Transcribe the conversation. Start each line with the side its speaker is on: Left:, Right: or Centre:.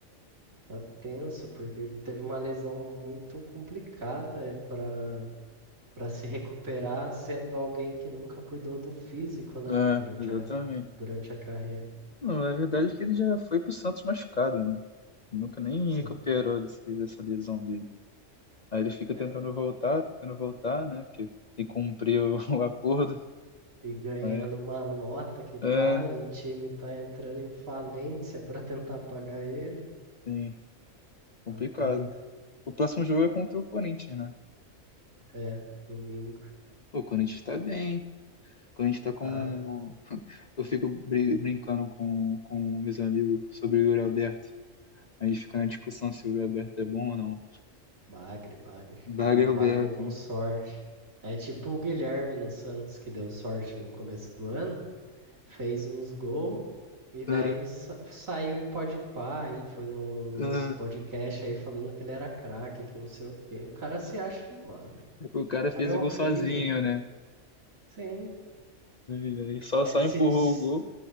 Right: Tá tenso, porque ele teve uma lesão muito complicada é para para se recuperar sendo alguém que nunca cuidou do físico, né?
Left: É,
Right: Durante
Left: exatamente.
Right: a, durante a carreira.
Left: Não, a verdade é que ele já foi pro Santos machucado, né? Ele nunca nem
Right: Sim.
Left: recuperou desse, dessa lesão dele. Aí ele fica
Right: É.
Left: tentando voltar, tentando voltar, né? Porque tem que cumprir o, <laughs> o acordo.
Right: E ganhando
Left: Mas,
Right: uma nota que
Left: é,
Right: tá, e o time tá entrando em falência para tentar pagar ele.
Left: sim,
Right: Tá
Left: complicado.
Right: doido?
Left: O próximo jogo é contra o Corinthians, né?
Right: É, domingo,
Left: Pô, o Corinthians tá bem. O Corinthians tá com
Right: tá?
Left: eu fico brin- brincando com, com meus amigos sobre o Yuri Alberto. A gente fica na discussão se o Yuri Alberto é bom ou não.
Right: Bagre, bagre.
Left: Bagre
Right: É um
Left: Alberto,
Right: bagre com
Left: né?
Right: sorte. É tipo o Guilherme no Santos, que deu sorte no começo do ano, fez uns gols. E daí
Left: Ah,
Right: sa- saiu em Podpah aí, foi no, nos
Left: ah,
Right: podcasts aí falando que ele era craque, que não sei o quê. O cara se acha demais.
Left: <laughs> O cara
Right: O
Left: fez
Right: cara é horrível.
Left: o gol sozinho, né?
Right: Sim.
Left: E e só,
Right: É,
Left: só
Right: se,
Left: empurrou
Right: se
Left: o gol.